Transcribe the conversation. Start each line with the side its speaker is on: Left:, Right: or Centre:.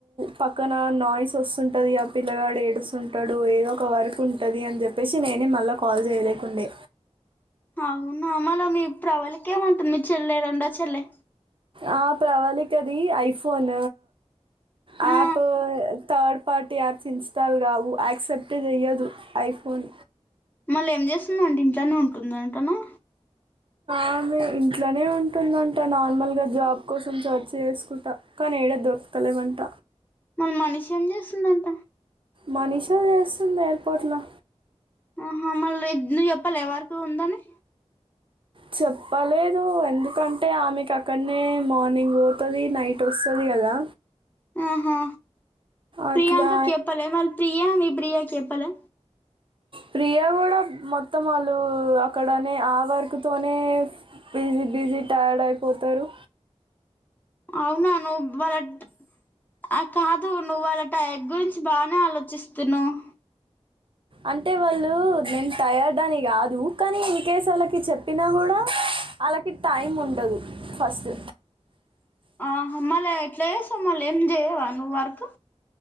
Right: పక్కన నాయిస్ వస్తుంటది. ఆ పిల్లగాడు ఏడుస్తుంటడు. ఏదో ఒక వర్క్ ఉంటది అని చెప్పేసి నేనే మళ్ళా కాల్ లేయలేకుండే
Left: అవునా మళ్ళ మీ ప్రవళికేమంటుంది మీ చెల్లె రెండో చెల్లె
Right: ఆ ప్రవళి కది ఐఫోన్ app
Left: ఆ
Right: third party apps install కావు, యాక్సెప్ట్ చెయ్యదు ఐఫోన్.
Left: మళ్ళా ఏం చేస్తుందంట ఇంట్లనే ఉంటుందంటనా.
Right: ఆమె ఇంట్లోనే ఉంటుందంట నార్మల్గా జాబ్ కోసం సెర్చ్ చేసుకుంటా కానీ ఏడ దొరకుతలేవంట.
Left: మన మనిషి ఏం చేస్తుందంట.
Right: మనీషా చేస్తుంది ఎయిర్పోర్ట్లా.
Left: ఆహా మళ్ళి నువ్వు చెప్పలె వర్క్ ఉందని.
Right: చెప్పలేదు ఎందుకంటే ఆమెకు అక్కడనే మార్నింగ్ పోతది నైట్ వస్తది కదా.
Left: ఆహా ప్రియాంకి
Right: అట్లా
Left: చెపలే వాళ్ళ ప్రియా మీ ప్రియాకి చెపలే
Right: ప్రియా కూడా మొత్తం వాళ్ళు అక్కడనే ఆ వర్క్తోనే బిజీ బిజీ టైర్డ్ అయిపోతరు.
Left: అవునా నువ్వు వాళ్ళ కాదు నువ్వు వాళ్ళ టైర్డ్ గురించి బానే ఆలోచిస్ తున్నవు.
Right: అంటే వాళ్ళు నేను టయర్డ్ అని కాదు కానీ ఇన్ కేస్ ఆల్లకి చెప్పినా కూడా అలాకి టైం ఉండదు ఫస్ట్.
Left: ఆహా మలే ఎట్ల చేస్తవు మల్ ఏం చేయవా నువ్వు వర్క్.